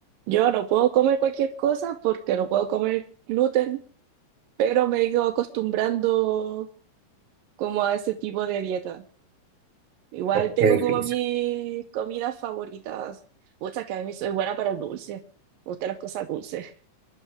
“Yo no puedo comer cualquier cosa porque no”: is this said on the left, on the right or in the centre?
Right